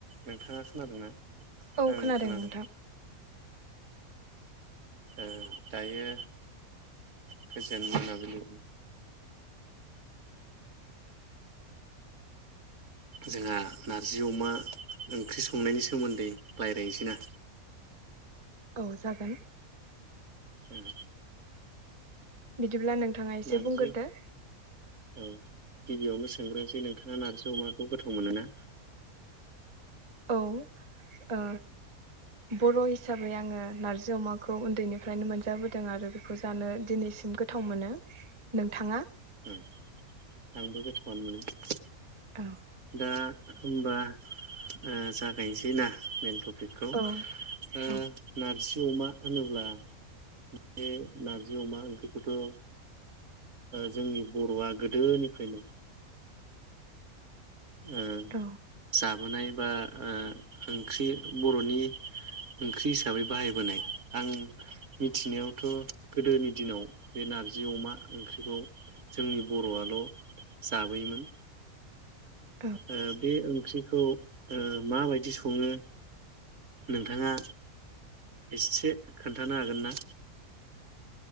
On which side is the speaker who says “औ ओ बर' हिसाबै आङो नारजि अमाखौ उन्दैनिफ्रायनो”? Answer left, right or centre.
Right